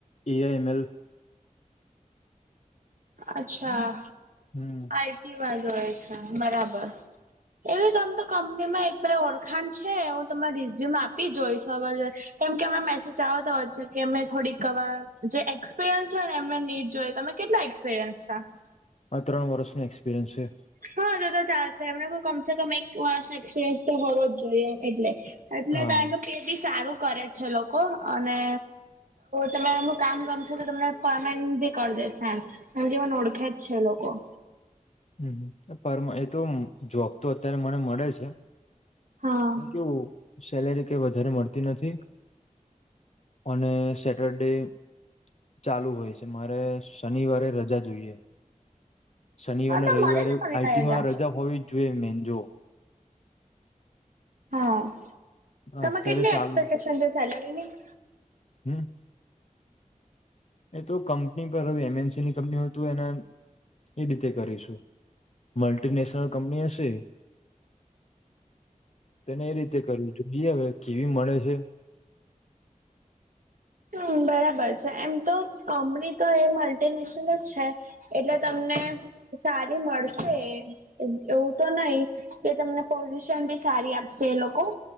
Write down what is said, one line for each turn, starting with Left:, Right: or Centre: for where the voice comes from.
Left: એઆઈ એમ એલ
Right: અચ્છા
Left: હમ્મ
Right: આઈ સીમા જુએ છે બરાબર એવી તમ તો કંપની માં એક પ ઓળખાણ છે હું તમે રિઝ્યુમ આપી જોઈ અગર જો. કેમ કે એમને મેસેજ આવતા હોય છે કે એમે થોડીકવા જે એક્સપિરિયન્સ છે ને એમને નીટ જોઈ તમે કેટલા એક્સપિરિયન્સ છ.
Left: આ ત્રણ વર્ષનો એક્સપિરિયન્સ છે.
Right: હા દ તો ચાલશે એમને કમસે કમ એક વર્ષ એક્સપિરિયન્સ તો હોવો જ જોઈએ એમ એટલે- એટલે
Left: હા
Right: તણ કે પે બી સારું કરે છે લોકો અને તમે એમ- કામ ગમશે તો તમને પમેન્ટ ભી કરી દેશેેડ એમ કે મને ઓળખે જ છે લોકો-
Left: હમ પર એ તો જોબ તો અત્યારે મને મળે છે.
Right: હા
Left: પણ સેલેરી ક વધારે મળતી નથી. અને સેટરડે- ચાલુ હોય છે મારે શનિવારે રજા જોઈએ- શનિવાર અને
Right: તો
Left: રવિવારે
Right: મળે ને ફરી
Left: આઈટીમાં
Right: જા
Left: રજા હોવી જ જોઈએ મેજો-
Right: હા તમે
Left: અત્યારે
Right: કેટલી
Left: ચાલુ
Right: એક્સપેક્ટેશન છે સેલરીની-
Left: હમ- એ તો કંપની પર હવે એમએનસી ની કંપની હોય તો એને એ રીતે કરીશું- મલ્ટીનેશનલ કંપની હશે- તેને એ રીતે કરવી જોઈએ હવે કેવી મળે છે.
Right: હમ બરાબર છે એમ તો કોમેડી તો એ મલ્ટીનેશનલ જ છે. એટલે તમને સારી મળશે એવું તો નહીં- કે તમને પોઝિશન બી સારી આપશે એ લોકો-